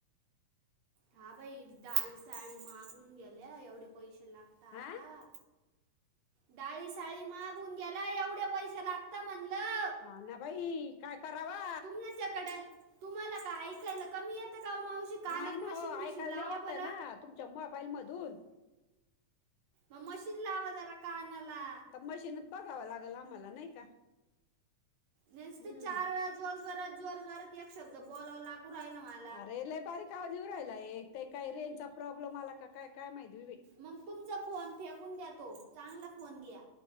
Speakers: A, on the right; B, on the left.
A: हा बाई डाळी साळी माहागून गेल्या एवढे पैसे लाग
B: हा
A: आता. डाळी, साळी माहागून गेला एवढे पैसे लागत म्हणलं.
B: हा ना बाई काय करावा
A: तुमच्या या कडे तुम्हाला का ऐकायला कमी यतां का मावशी कानात
B: नाही ना
A: मशीन
B: हो ऐकायला
A: बिशीन लावा
B: नाही येतं
A: बरं
B: ना तुमच्या मोबाईल मधून
A: मग मशीन लावा जरा कानाला
B: मशीनत बघावं लागेल आम्हाला नाही का.
A: नेचत
B: हम्म
A: चार वेळा जोर जोरात, जोर जोरात एक शब्द बोला लागू राहिला मला.
B: अरेलय बारीक आवाज येऊ राहिला ते काही रेंजचा प्रॉब्लेम आला काय काय माहिती बाई.
A: मग तुमचा फोन फेकून द्या तो चांगला फोन घ्या.